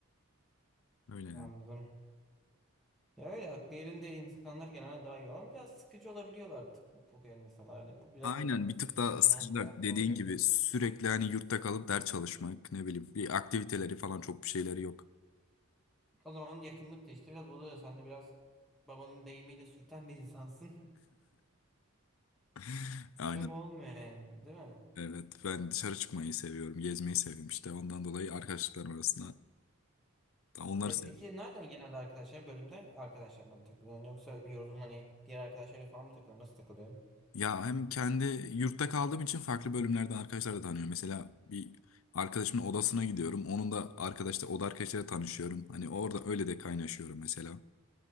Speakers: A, on the left; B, in the centre.
A: Öyle yani.
B: Anladım. Ya öyle aklı yerinde insanlar genelde daha iyi olan biraz sıkıcı olabiliyorlar tıp- bu genel insanlar. Yani bu biraz
A: Aynen bir tık
B: tabii
A: daha
B: genel
A: sıkıcılar
B: bir yargı
A: dediğin
B: oluyor
A: gibi
B: da.
A: sürekli hani yurtta kalıp ders çalışmak ne bileyim bir aktiviteleri falan çok bir şeyleri yok.
B: O zaman yakınlık da işte biraz buluyor. Sen de biraz babanın deyimiyle sürten bir insansın. <laughs>
A: <laughs> Aynen
B: Çok olmuyor yani değil mi?
A: evet ben dışarı çıkmayı seviyorum gezmeyi seviyorum işte ondan dolayı arkadaşlıklarım arasında onları
B: E,
A: seviyorum.
B: peki nereden genelde arkadaşların bölümden arkadaşlarına mı takılıyorsun yoksa yorulun hani diğer arkadaşlarla falan mı takılıyorsun nasıl takılıyorsun?
A: Ya hem kendi yurtta kaldığım için farklı bölümlerden arkadaşlar da tanıyorum. Mesela bir arkadaşımın odasına gidiyorum onun da arkadaşlar oda arkadaşlarıyla tanışıyorum hani orada öyle de kaynaşıyorum mesela.